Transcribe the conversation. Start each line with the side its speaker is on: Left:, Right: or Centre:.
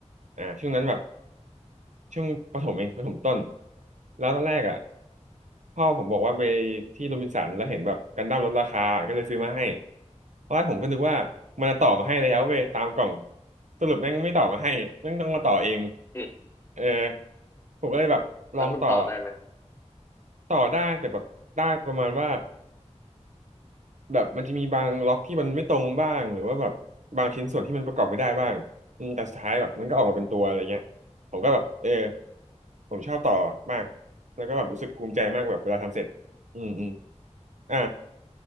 Right: อ่าช่วงนั้นแบบ ช่วงประถมเองประถมต้นแล้วตอนแรกอ่ะพ่อผมบอกว่าไปที่โรบินสันแล้วเห็นแบบกันดั้มลดราคาก็เลยซื้อมาให้ตอนแรกผมก็นึกว่ามันจะต่อมาให้แล้วเว้ยตามกล่องสรุปแม่งไม่ต่อมาให้แม่งต้องมาต่อเอง
Left: อืม
Right: เออผมก็เลยแบบลองต่อ
Left: แล้วคุณต่อได้ไหม
Right: ต่อได้แต่แบบได้ประมาณว่าแบบมันจะมีบางล็อกที่มันไม่ตรงบ้างหรือว่าแบบบางชิ้นส่วนที่มันประกอบไม่ได้บ้างอืมแต่สุดท้ายแบบมันก็ออกมาเป็นตัวอะไรเงี้ยผมก็แบบเออ
Left: อ
Right: ผมชอบต่อมาก แล้วก็แบบรู้สึกภูมิใจมากแบบเวลาทำเสร็จอืมอืมอ่ะ